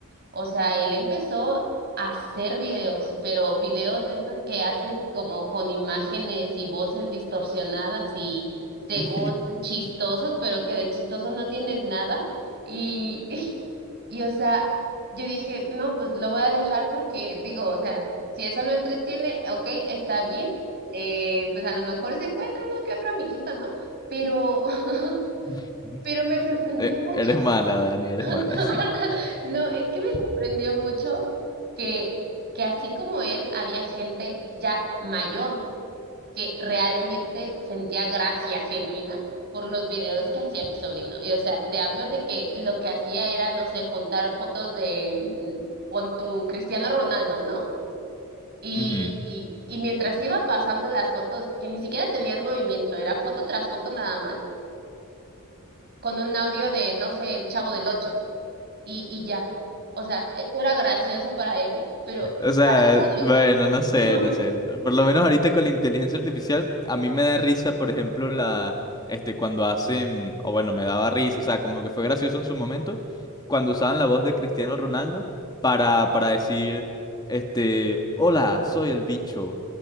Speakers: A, on the right; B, on the left.
A: o sea, él empezó a hacer videos, pero videos de estos que haces como con imágenes y voces distorsionadas y según
B: <laughs>
A: chistosos, pero que de chistoso no tienen nada. Y, <laughs> y, o sea, yo dije, no, pues lo voy a dejar porque digo, o sea, si eso lo entretiene, ok, está bien, eh, pues a lo mejor se encuentra uno que otro amiguito, ¿no? Pero, <laughs>
B: <laughs>
A: pero me sorprendió
B: E-
A: mucho,
B: Eres mala, Dani, eres
A: <laughs>
B: mala. <laughs>
A: no, es que me sorprendió mucho que, que así como él, había gente ya mayor que realmente sentía gracia genuina por los videos que hacía mi sobrino. Y o sea, te hablo de que lo que hacía era, no sé, juntar fotos de, mm, pon tu Cristiano Ronaldo, ¿no? Y,
B: Ujú.
A: y, y mientras iba pasando las fotos, que ni siquiera tenían movimiento, era foto tras foto nada más, con un audio de, no sé, el Chavo del Ocho, y, y ya. O sea, eso era gracioso para él, pero
B: O sea,
A: adulto.
B: bueno, no sé,
A: <laughs>
B: no sé. Por, por lo menos ahorita con la inteligencia artificial, a mí me da risa, por ejemplo, la, este, cuando hacen, o bueno, me daba risa, o sea, como que fue gracioso en su momento, cuando usaban la voz de Cristiano Ronaldo para, para decir, este, hola, soy el bicho,